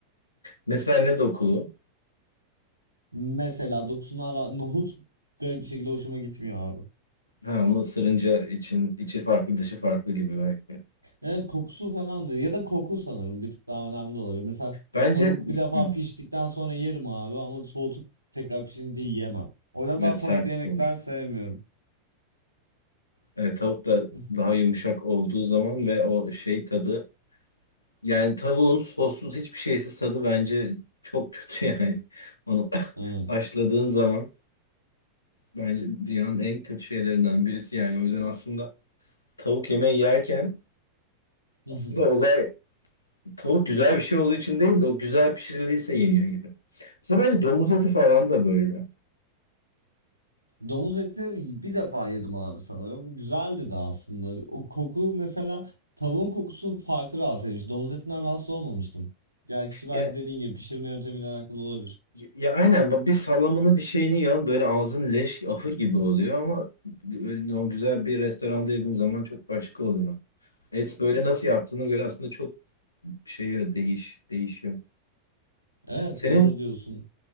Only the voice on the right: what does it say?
Mesela dokusundan ra- nohut garip bir şekilde hoşuma gitmiyor abi.
Evet kokusu falan da ya da koku sanırım bir tık daha önemli de olabilir. Mesela
tavuk bir defa
piştikten sonra yerim abi ama soğutup tekrar pişince yiyemem. O yüzden
daha
tavuklu yemekler
sevmiyorum.
<laughs>
Evet.
<laughs>
Domuz eti bir defa yedim abi sanırım. Güzeldi de aslında. O koku mesela tavuğun kokusu farklı rahatsız etmiş. Domuz etinden rahatsız olmamıştım. Gerçi belki
dediğin gibi pişirme yöntemiyle alakalı olabilir.
Evet
doğru diyorsun.